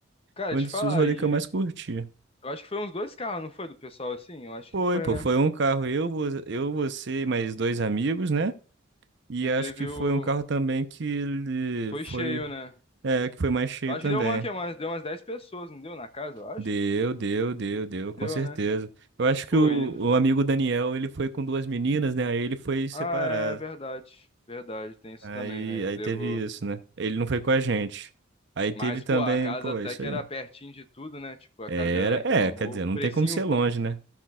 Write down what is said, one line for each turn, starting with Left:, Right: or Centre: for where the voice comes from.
Left: Cara,
Right: Foi
Left: te
Right: um dos
Left: falar,
Right: rolês
Left: e
Right: que eu mais curti.
Left: eu acho que foi uns dois carros, não foi? Do pessoal assim? Eu acho
Right: Foi,
Left: que foi,
Right: pô,
Left: né?
Right: foi um carro eu, vo- eu, você e mais dois amigos, né? E
Left: E
Right: acho
Left: teve
Right: que foi
Left: o.
Right: um carro também que ele
Left: Foi
Right: foi,
Left: cheio, né?
Right: é, que foi mais cheio
Left: Eu acho
Right: também.
Left: que deu uma, que, umas, deu umas 10 pessoas, não deu na casa, eu acho?
Right: Deu, deu, deu, deu,
Left: Deu,
Right: com certeza.
Left: né?
Right: Eu acho que
Left: Pô,
Right: o,
Left: e
Right: o amigo Daniel, ele foi com duas meninas, né? Aí ele foi separado.
Left: Ah, é verdade. Verdade, tem isso
Right: Aí,
Left: também, né? Ele
Right: aí
Left: levou.
Right: teve isso, né? Ele não foi com a gente. Aí teve
Left: Mas,
Right: também,
Left: pô, a casa
Right: pô,
Left: até
Right: é isso
Left: que
Right: aí.
Left: era pertinho de tudo, né? Tipo, a
Right: Era,
Left: casa era, a gente
Right: é,
Left: arrumou
Right: quer dizer, não
Left: um precinho
Right: tem como ser
Left: bom.
Right: longe, né?